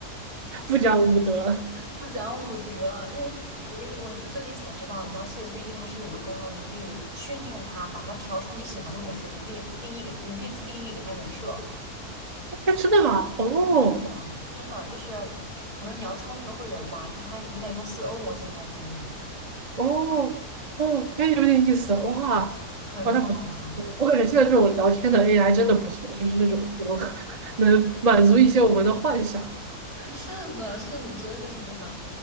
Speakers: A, on the right (about 25°); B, on the right (about 75°).
A: 不讲武德。<laughs>
B: 不讲武德，因为我跟你我也是最近才知道，你知道 ChatGPT 它是有一个功能，你可以训练它，把它调成你喜欢的模式，你可以自定义给，你可以自定义给它人设。
A: 哎，真的吗？哦，
B: 真的，真的就是，可能你要充那个会员吧，就是它你得用四欧模型才可以，
A: 哦哦，哎，有点意思，哇，
B: 很好玩。
A: 哇，那不错，嗯我感觉现在这种聊天的 AI 真的不错，就是那种能 <laughs> 能满足一些我们的幻想。
B: <laughs> 是的，是的，真的是这样。